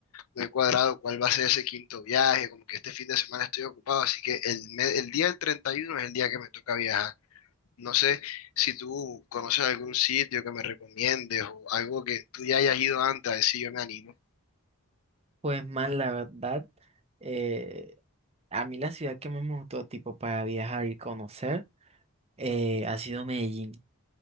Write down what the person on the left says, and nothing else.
no he cuadrado cuál va a ser ese quinto viaje. Como que este fin de semana estoy ocupado, así que el, me- el día del 31 es el día que me toca viajar. No sé si tú conoces algún sitio que me recomiendes o algo que tú ya hayas ido antes, a ver si yo me animo.